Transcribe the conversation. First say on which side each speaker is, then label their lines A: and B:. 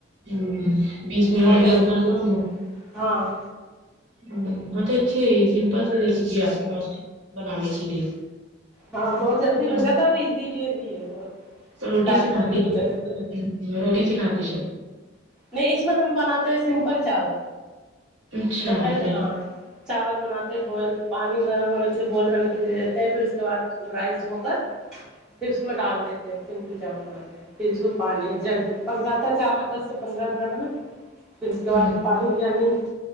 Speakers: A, on the right (about 70°); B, in the centre.
A: امم بیس منٹ
B: بہت
A: میں
B: ٹیسٹ
A: بن جاتا ہونگا
B: ہاں
A: امم بہت ہی اچھی ہے سمپل سی ریسیپی ہے آپ کے پاس بنانے کے لیے
B: ہاں بہت جلدی
A: کیا
B: بن جاتا ہے ابھی اور ایزی ریسیپی بھی ہے بہت
A: روٹی
B: ٹائم
A: سے کھاتی
B: کی بھی بچت
A: ہے روٹی سے کھاتی شاید
B: نہیں اس میں ہم بناتے ہیں سمپل چاول
A: اچھا
B: دوپہر
A: ہوں
B: کا ہاں چاول بناتے بوائل پانی گرم ہونے کے لیے بوائل ہونے کے لیے رکھتے ہیں پھر اس کے بعد رائس دھو کر پھر اس میں ڈال دیتے ہیں سمپل جامن بناتے ہیں پھر اس کو پانی جلد پک جاتا ہے چاول دس سے پندرہ منٹ میں پھر اس کے
A: ہوں
B: بعد ہم پانی یعنی